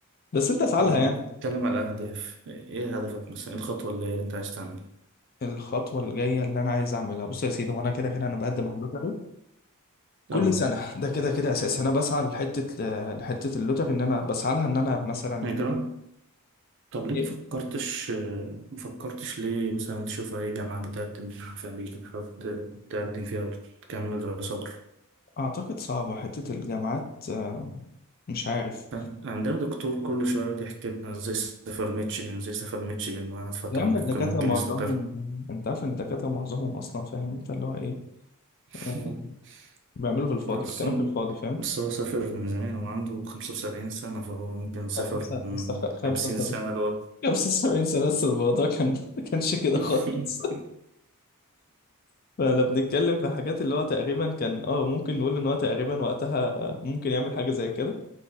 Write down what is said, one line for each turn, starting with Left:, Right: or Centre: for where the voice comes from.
Left: بس انت اسعى
Right: طب
Left: لها
Right: لو
Left: يعني
Right: نتكلم على أهداف إيه هدفك مثلا إيه الخطوة اللي اللي أنت عايز تعملها؟
Left: الخطوه الجايه اللي انا عايز اعملها بص يا سيدي وانا كده كده انا بقدم على اللوتري كل
Right: طب
Left: سنه ده كده كده اساس انا بسعى لحته لحته اللوتري ان انا بسعى لها ان انا مثلا
Right: هجرة طب ليه
Left: إيه؟
Right: مفكرتش مفكرتش ليه مثلا تشوف أي جامعة بتقدم في أمريكا حابب تقدم فيها وتكمل دراسة بره
Left: اعتقد صعبه حته الجامعات آه، مش عارف
Right: كان عندنا دكتور كل شوية يقعد يحكي لنا ازاي سافر ميتشيغن ازاي سافر ميتشيغن وقعد فترة
Left: يا عم
Right: هناك
Left: الدكاترة
Right: وكان ممكن
Left: معظمهم
Right: يستقر
Left: انت عارف ان الدكاترة معظمهم اصلا فاهم انت اللي هو ايه
Right: <laughs>
Left: آه، بيعملوا في الفاضي
Right: لا أصلا
Left: بيتكلم في الفاضي فاهم
Right: بس هو سافر من زمان هو عنده خمسة وسبعين سنة فهو ممكن سافر
Left: طب لسه
Right: من
Left: لسه خ- 75
Right: خمسين سنة لورا
Left: 75 سنة لسه الموضوع كان <laughs> ما كانش كده
Right: <laughs>
Left: خالص <laughs> فانا بنتكلم في حاجات اللي هو تقريبا كان اه ممكن نقول ان هو تقريبا وقتها آه، ممكن يعمل حاجة زي كده